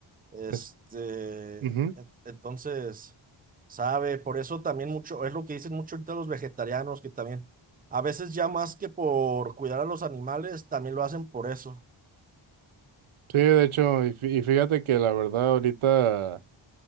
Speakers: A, on the right; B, on the right.
A: Este,
B: es- ujú.
A: en- entonces, sabe, por eso también mucho, es lo que dicen mucho ahorita los vegetarianos, que también, a veces ya más que por cuidar a los animales, también lo hacen por eso.
B: Sí, de hecho, y fí- y fíjate que la verdad ahorita,